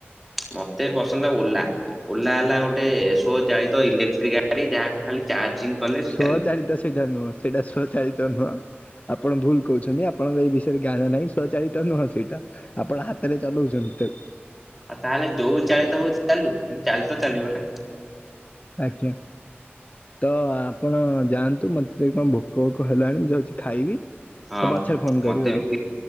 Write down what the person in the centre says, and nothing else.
ମତେ ପସନ୍ଦ ଓଲା। ଓଲା ହେଲା ଗୋଟେ ଏସୋ ଚାଳିତ ଇଲେକ୍ଟ୍ରିକ ଗାଡି ଯାହାକୁ ଖାଲି ଚାର୍ଜିଂ କଲେ ସେ
ଚାଲିବ।
ଆଉ ତାହେଲେ ଯୋଉ ଚାଳିତ ହଉଛି ଚାଲୁ ଚାଳିତ ଚାଲିବ ନା?
ହଁ
ମତେ
ବି